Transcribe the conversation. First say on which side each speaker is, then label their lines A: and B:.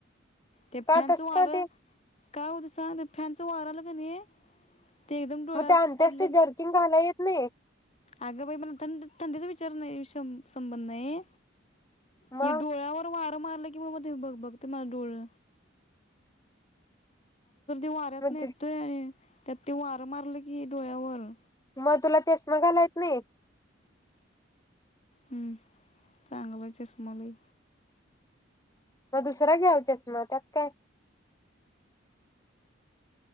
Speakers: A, on the left (about 30°); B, on the left (about 15°).
A: ते
B: का
A: फॅनच
B: तस
A: वार
B: का ते
A: काय होतंय सांग फॅन च वार आलं कणी ते एकदम डोळ्या
B: मग ते आणत्यास
A: पडलं
B: ते जर्किंग घाला येत नाही
A: अगं बाई मला थं थंडीचा विचार नाही संबंध नाही
B: मग
A: हे डोळ्यावर <inaudible> कि म म बघ बघ डळ <inaudible> वाऱ्यात
B: मग
A: येतोय
B: ते-
A: आणि त्यात ते वारं मारलं की डोळ्यावर
B: मग तुला चष्मा घालायला येत नाही
A: हम्म चांगलं चष्मा नाही
B: मग दुसरं या चष्मा त्यात काय